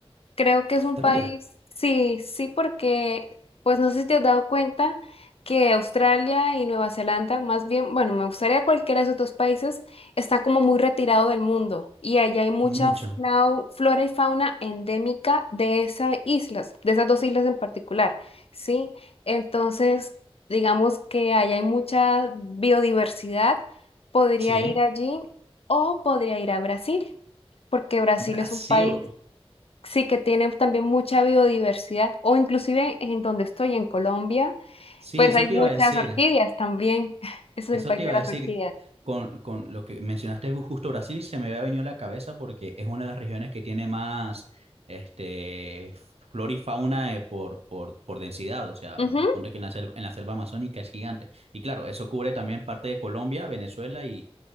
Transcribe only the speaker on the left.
Creo que es
un país, sí, sí, porque, pues no sé si te has dado cuenta que Australia y Nueva Zelanda, más bien, bueno, me gustaría cualquiera de esos dos países, está como muy retirado del mundo y allá hay mucha
flau- flora y fauna endémica de esas islas, de esas dos islas en particular, ¿sí? Entonces, digamos que allá hay mucha biodiversidad, podría
ir allí o podría ir a Brasil, porque Brasil
es un país Sí, que tiene también mucha biodiversidad, o inclusive en donde estoy, en Colombia,
pues
hay
muchas
orquídeas también. <laughs> es el
país
de las
orquídeas.
Ujú.